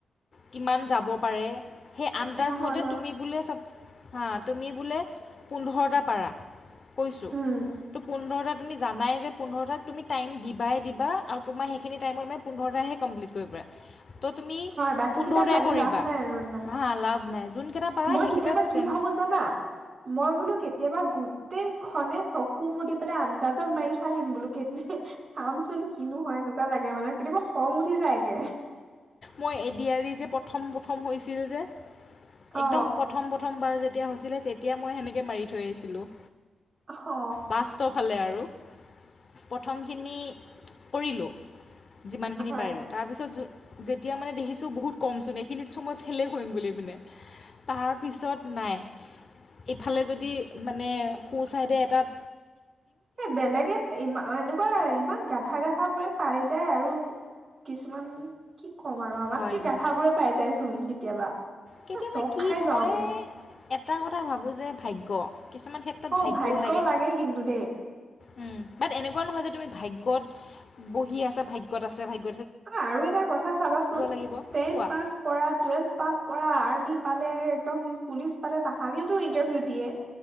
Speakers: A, on the left; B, on the right.
A: কিমান যাব পাৰে। সেই আন্দাজ
B: সেয়া হয়
A: মতে
B: বাৰু
A: তুমি বোলে চাপ। হা তুমি বোলে পোন্ধৰটা পাৰা। কৈছো
B: উম
A: ত পোন্ধৰটা তুমি জানাই যে পোন্ধৰটাত তুমি টাইম দিবাই দিবা আৰু তোমাৰ সেইখিনি টাইমত মানে পোন্ধৰটাহে কমপিলিট কৰিব পাৰা। ত তুমি
B: হয় বাকী
A: পোন্ধৰটাই
B: কেইটাত লাগি
A: কৰিবা
B: লাভ নাই আৰু ইমান
A: হা লাভ নাই। যোনকেইটা পাৰা
B: মই
A: সেইকেইটা
B: কেতিয়াবা কি
A: যেন
B: ভাবো জানা মই বোলো কেতিয়াবা গোটেই খনে চকু মুদি পেলাই আন্দাজত মাৰি থৈ আহিম বোলো কেনে চাম চোন কিনো হয় এনেকুৱা লাগে। মানে কেতিয়াবা খং উঠি যায়গে।
A: মই এডিয়াৰৰি যে প্ৰথম প্ৰথম হৈছিল যে,
B: অ
A: একদম প্ৰথম পথ, প্ৰথমবাৰ যেতিয়া হৈছিলে তেতিয়া মই সেনেকৈ মাৰি থৈ আহিছিলোঁ।
B: অ
A: লাষ্টৰ ফালে আৰু প্ৰথমখিনি কৰিলোঁ। যিমান খিনি
B: হয়
A: পাৰিলো তাৰ পিছত যেতিয়া মানে দেখিছো বহুত কম চোন এইখিনিত চো মই ফেলেই কৰিম বুলি পিনে। তাৰ পিছত নাই। ইফালে যদি মানে সু ছাইডে এটাত
B: এ বেলেগে ইমান এনেকুৱা ইমান গাধা গাধাবোৰে পাই যায় আৰু কিছুমান কি? কম আৰু আমাতকে
A: হয় হয়
B: গাঠাবোৰে পাই যায়। চোন কেতিয়াবা।
A: কেতিয়াবা
B: চক
A: কি
B: খাই যাওঁগে
A: মই। এটা কথা ভাবোঁ যে ভাগ্য। কিছুমান ক্ষেত্ৰত
B: অ
A: ভাগ্যও
B: ভাগ্য
A: লাগে
B: কিন্তু দেই
A: উম বাট এনেকুৱা নহয় যে তুমি ভাগ ত বহি আছে ভাগ্যত আছে ভাগ্য।
B: অ আৰু এটা কথা চাবাচোন
A: লাগিব
B: টেন
A: কোৱা
B: পাছ কৰা টুৱেলভ পাছ কৰা। আমি পালে একদম পুলিচ পালে তাহাঁৰিওতো ইণ্টাৰভিউ দিয়ে।